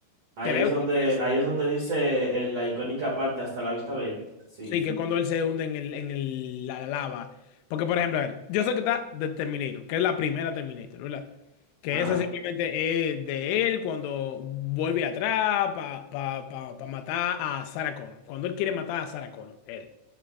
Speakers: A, on the right (about 55°); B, on the left (about 85°).
A: Ahí
B: creo
A: es donde,
B: que es,
A: ahí es donde dice eh, la icónica parte, hasta la vista, baby. Sí.
B: sí, que cuando él se hunde en el, en el- la lava. Porque, por ejemplo, a ver, yo sé que está de Terminator, que es la primera Terminator, ¿verdad? Que
A: Ajá.
B: esa simplemente es de él cuando vuelve atrás para matar a Sarah Connor. Cuando él quiere matar a Sarah Connor, él.